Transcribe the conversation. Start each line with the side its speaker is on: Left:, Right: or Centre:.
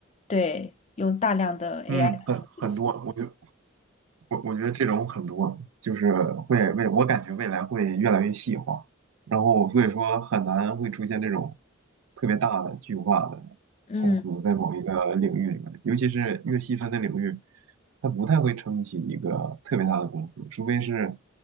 Left: 对，用大量的 AI
Right: 嗯，很很多，
Left: 服务的，
Right: 我觉我我觉得这种很多，就是会未我感觉未来会越来越细化，然后所以说很难会出现这种特别大的巨化的
Left: 嗯
Right: 公司在某一个领域里面，尤其是越细分的领域，它不太会撑起一个特别大的公司，除非是